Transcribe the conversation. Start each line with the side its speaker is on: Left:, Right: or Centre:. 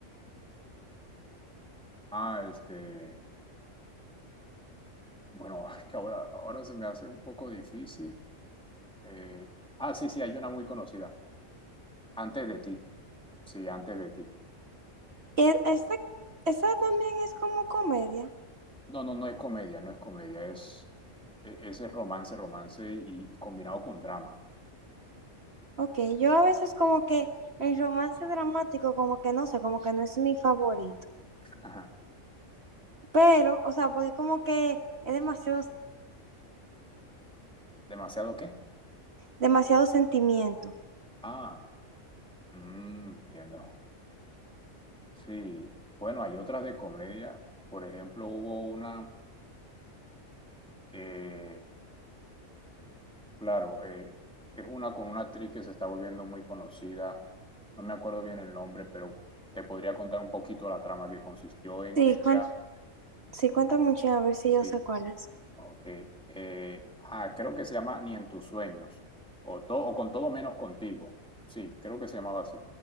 Centre: Ah, este, bueno, <laughs> es que ahora, ahora se me hace un poco difícil. Eh, ah, sí, sí, hay una muy conocida. Antes de ti. Sí, antes de ti.
Right: E- Esta, esa también es como comedia.
Centre: No, no, no es comedia, no es comedia, es, e- ese romance, romance y, y combinado con drama.
Right: Ok, yo a veces como que el romance dramático como que no sé, como que no es mi favorito.
Centre: <laughs> Ajá.
Right: Pero, o sea, porque como que es demasiado
Centre: ¿Demasiado qué?
Right: demasiado sentimiento.
Centre: Ah, mm, entiendo. Sí, bueno, hay otras de comedia. Por ejemplo, hubo una, eh, claro, eh, es una con una actriz que se está volviendo muy conocida. No me acuerdo bien el nombre, pero te podría contar un poquito la trama que consistió en
Right: Sí,
Centre: que
Right: cuen-
Centre: ella,
Right: sí, cuenta mucho, a ver si
Centre: sí,
Right: yo sé cuál es.
Centre: ok. eh, ah, creo que se llama Ni en tus sueños, o, to- o con todo menos contigo. Sí, creo que se llamaba así,